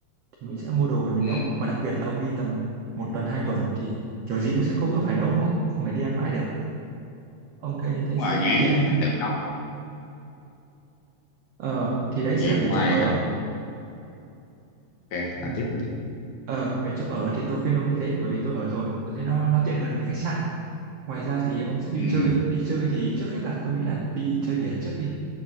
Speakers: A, on the right; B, on the left.
A: thì mình sẽ mua đồ về mình nấu
B: Ừ.
A: mà đặc biệt là ông đi tầm một tuần hai tuần thì kiểu gì cũng sẽ có bữa phải nấu đúng không không thể đi ăn mãi được ông thuê như thế
B: Đúng
A: sẽ
B: rồi
A: rất
B: ngán
A: là tiện
B: á, tự nấu
A: ờ thì đấy
B: vậy
A: sẽ là về
B: ngoài
A: chỗ ở
B: Hạ ok nói tiếp nói tiếp
A: ờ về chỗ ở thì tôi khuyên ông như thế bởi vì tôi ở rồi tôi thấy nó nó tiện hơn là đi khách sạn ngoài ra thì ông sẽ đi
B: ừ.
A: chơi đi chơi thì trước hết là tôi nghĩ là đi chơi biển trước đi